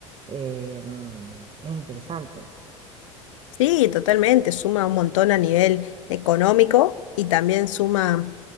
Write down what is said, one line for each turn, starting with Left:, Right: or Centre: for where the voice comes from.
Right: eh, mm, es interesante.
Left: Sí, totalmente, suma un montón a nivel económico y también suma